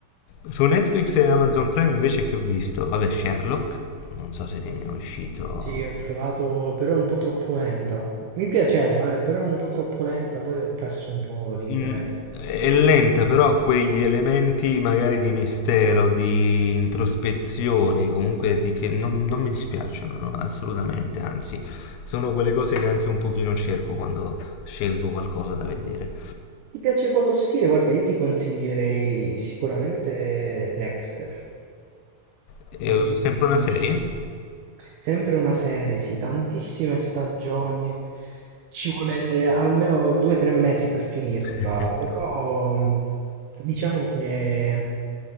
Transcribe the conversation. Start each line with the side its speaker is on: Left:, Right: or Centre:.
Left: Su Netflix e
Right: Ho
Left: Amazon
Right: capito.
Left: Prime invece che ho visto, vabbè, Sherlock, non so se ti è mai uscito.
Right: Sì, ho provato, però è un po' troppo lenta. Mi piaceva, eh, però è un po' troppo lenta, poi ho perso un po' l'interesse.
Left: Mm, È lenta, però ha quegli elementi magari di mistero, di introspezione, comunque di che non, non mi dispiacciono, no, assolutamente, anzi, sono quelle cose che anche un pochino cerco quando scelgo qualcosa da vedere.
Right: Se ti piace quello stile, guarda, io ti consiglierei sicuramente Dexter.
Left: È
Right: Non so se
Left: sempre
Right: la conosci.
Left: una serie?
Right: Sempre una serie, sì, tantissime stagioni. Ci vuole almeno due o tre mesi per finirtela,
Left: <laughs>
Right: però mh, diciamo che